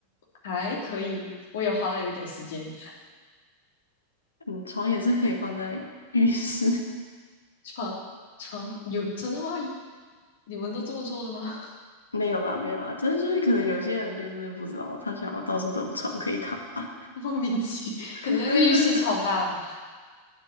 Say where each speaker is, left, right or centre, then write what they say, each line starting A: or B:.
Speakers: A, on the left; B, on the left.
A: 还可以，我也花了有点时间。
B: 嗯，床也是可以放在浴室。<laughs>
A: 床床有真的吗？你们都这么做的吗？
B: 没有啦，没有啦，真的就是可能有些人就是不知道，他想要到处都有床可以躺吧。
A: <laughs> 莫名其，<laughs> 可能那个浴室超大吧，
B: <laughs>